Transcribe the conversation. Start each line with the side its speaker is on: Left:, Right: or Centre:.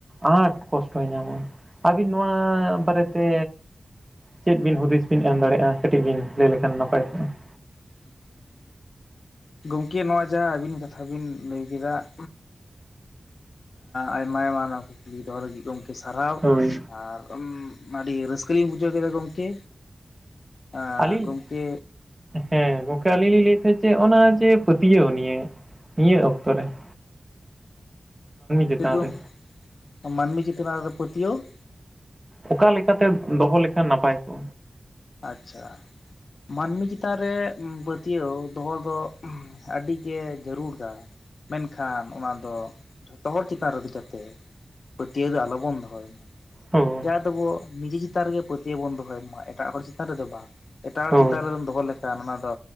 Right: ᱟᱸᱴ ᱠᱚᱥᱴᱚᱭ ᱧᱟᱢᱟ᱾ ᱟᱹᱵᱤᱱ ᱱᱚᱣᱟ ᱵᱟᱨᱮᱛᱮ ᱪᱮᱫ ᱵᱤᱱ ᱦᱩᱫᱤᱥ ᱵᱤᱱ ᱮᱢ ᱫᱟᱲᱮᱭᱟᱜᱼᱟ, ᱠᱟᱹᱴᱤᱡ ᱵᱤᱱ ᱞᱟᱹᱭ ᱞᱮᱠᱷᱟᱱ ᱱᱟᱯᱟᱭ ᱠᱚᱜᱼᱟ ᱾
Left: <inaudible> ᱜᱚᱢᱠᱮ ᱱᱚᱣᱟ ᱡᱟᱦᱟᱸ ᱟᱹᱵᱤᱱ ᱠᱟᱛᱷᱟ ᱵᱤᱱ ᱞᱟᱹᱭ ᱠᱮᱫᱟ ᱾ ᱟᱭᱢᱟ ᱟᱭᱢᱟ ᱱᱚᱣᱟ ᱠᱩᱠᱞᱤ ᱫᱚᱦᱚ ᱞᱟᱹᱜᱤᱫ ᱜᱚᱝᱠᱮ ᱥᱟᱨᱦᱟᱣ
Right: ᱦᱳᱭ
Left: ᱟᱨ ᱟᱹᱰᱤ ᱨᱟᱹᱥᱠᱟᱹ ᱞᱤᱧ ᱵᱩᱡᱷᱟᱹᱣ ᱠᱮᱫᱟ ᱜᱚᱢᱠᱮ ᱟᱨ
Right: ᱟᱹᱞᱤᱧ
Left: ᱜᱚᱢᱠᱮ
Right: ᱦᱮᱸ ᱜᱚᱝᱠᱮ ᱟᱹᱞᱤᱧ ᱞᱤᱧ ᱞᱟᱹᱭ ᱛᱟᱦᱮᱸᱫ ᱡᱮ ᱚᱱᱟ ᱡᱮ ᱯᱟᱹᱛᱭᱟᱹᱣ ᱱᱤᱭᱮ ᱱᱤᱭᱟᱹ ᱚᱠᱛᱚ ᱨᱮ ᱾ ᱪᱮᱛᱟᱱ
Left: ᱪᱮᱫ
Right: ᱨᱮ
Left: <unintelligible> ᱢᱟᱹᱱᱢᱤ ᱪᱮᱛᱟᱱᱟ ᱨᱮ ᱯᱟᱹᱛᱭᱟᱹᱣ ᱾
Right: ᱚᱠᱟ ᱞᱮᱠᱟᱛᱮ ᱫᱚᱦᱚ ᱞᱮᱠᱷᱟᱱ ᱱᱟᱯᱟᱭ ᱠᱚᱜᱟ?
Left: ᱟᱪᱪᱷᱟ ᱢᱟᱹᱱᱢᱤ ᱪᱮᱛᱟᱱ ᱨᱮ ᱯᱟᱹᱛᱭᱟᱹᱣ ᱫᱚᱦᱚ ᱫᱚ ᱟᱹᱰᱤᱜᱮ ᱡᱟᱹᱨᱩᱲᱟ ᱢᱮᱱᱠᱷᱟᱱ ᱚᱱᱟ ᱫᱚ ᱡᱷᱚᱛᱚ ᱦᱚᱲ ᱪᱮᱛᱟᱱ ᱨᱮᱫᱚ ᱡᱟᱛᱮ ᱯᱟᱹᱛᱭᱟᱹᱣ ᱫᱚ ᱟᱞᱚᱵᱚᱱ ᱫᱚᱦᱚᱭ ᱢᱟ
Right: ᱦᱳᱭ
Left: ᱡᱟᱦᱟᱸ ᱫᱚᱵᱚ ᱱᱤᱡᱮ ᱪᱮᱛᱟᱱ ᱨᱮᱜᱮ ᱯᱟᱹᱛᱭᱟᱹᱣ ᱵᱚᱱ ᱫᱚᱦᱚᱭ ᱢᱟ ᱮᱴᱟᱜ ᱦᱚᱲ ᱪᱮᱛᱟᱱ ᱨᱮᱫᱚ ᱵᱟᱝ ᱮᱴᱟᱜ ᱦᱚᱲ
Right: ᱦᱳᱭ
Left: ᱪᱮᱛᱟᱱ ᱨᱮᱵᱚᱱ ᱫᱚᱦᱚ ᱞᱮᱠᱷᱟᱱ ᱠᱷᱟᱱ ᱚᱱᱟ ᱫᱚ